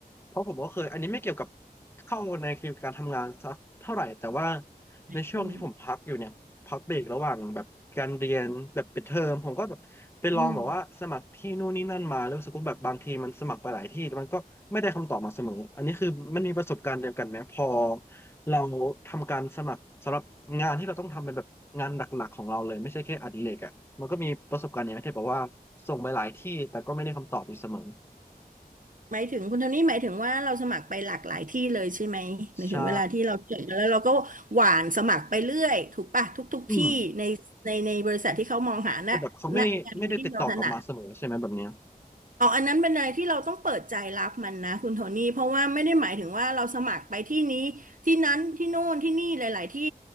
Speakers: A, on the left; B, on the right.
A: เพราะผมก็เคยอันนี้ไม่เกี่ยวกับเข้าในเกณฑ์การทำงานสักเท่าไหร่แต่ว่าในช่วงที่ผมพักอยู่เนี่ยพักเบรกระหว่างแบบการเรียนแบบปิดเทอมผมก็แบบไปลองแบบว่าสมัครที่นู่นนี่นั่นมาแล้วรู้สึกว่าแบบบางทีมันสมัครไปหลายที่แต่มันก็ไม่ได้คำตอบมาเสมออันนี้คือมันมีประสบการณ์เดียวกันไหมพอ
B: อืมอืม
A: เราทำการสมัครสำหรับงานที่เราต้องทำเป็นแบบงานหลักๆของเราเลยไม่ใช่แค่อดิเรกอ่ะมันก็มีประสบการณ์อย่างที่เธอบอกว่าส่งไปหลายที่แต่ก็ไม่ได้คำตอบอยู่เสมอ
B: หมายถึงคุณโทนี่หมายถึงว่าเราสมัครไปหลากหลายที่เลยใช่ไหมหมายถึงเวลาที่เราเขียนแล้วเราก็หวานสมัครไปเรื่อยถูกปะทุกทุกที่ในในในบริษัทที่เขามองหาณณงานที่เราถนัด
A: ใช่อืมแต่แบบเขาไม่ไม่ได้ติดต่อกลับมาเสมอใช่ไหมแบบเนี้ย
B: อ๋ออันนั้นเป็นอะไรที่เราต้องเปิดใจรับมันนะคุณโทนี่เพราะว่าไม่ได้หมายถึงว่าเราสมัครไปที่นี้ที่นั้นที่โน่นที่นี่หลายๆที่